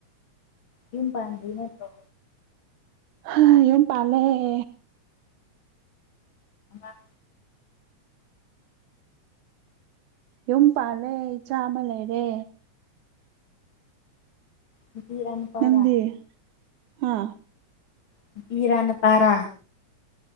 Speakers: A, on the left; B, on the right.
A: ꯌꯨꯝ ꯄꯥꯟꯗ꯭ꯔꯤ ꯅꯠꯇ꯭ꯔꯣ
B: ꯍꯥ ꯌꯨꯝ ꯄꯥꯜꯂ‌ꯦ
A: ꯑꯥ
B: ꯌꯨꯝ ꯄꯥꯜꯂꯦ ꯏꯆꯥ ꯑꯃ ꯂꯩꯔꯦ
A: ꯅꯨꯄꯤꯔꯥ ꯅꯨꯄꯥꯔꯥ
B: ꯅꯪꯗꯤ ꯍꯥꯥ
A: ꯅꯨꯄꯤꯔꯥ ꯅꯨꯄꯥꯔꯥꯥ